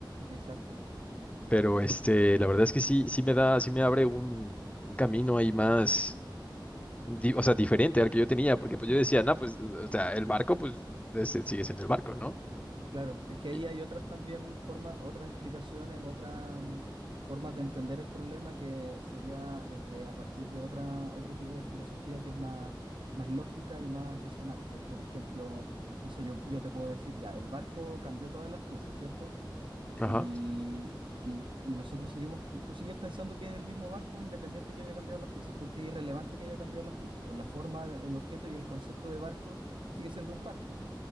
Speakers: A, on the right; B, on the left.
A: Exacto.
B: Pero este, la verdad es que sí, sí me da, sí me abre un, un camino ahí más, di- o sea, diferente al que yo tenía, porque pues yo decía, no, pues, o sea, el barco, pues, ese sigue siendo el barco, ¿no?
A: Claro, es que ahí
B: Y-
A: hay otras también formas, otras explicaciones, otras mm, formas de entender el problema que sería desde a partir de otra, otro tipo de filosofía que es más, más lógica y más racional, que es, por ejemplo, no sé, yo, yo te puedo decir ya, el barco cambió todas las piezas, ¿cierto?
B: Ajá,
A: Y, y, y nosotros seguimos, tú sigues pensando que es el mismo barco independiente que haya cambiado las piezas, porque es irrelevante que haya cambiado las piezas, por la forma, el objeto y el concepto de barco sigue siendo un barco.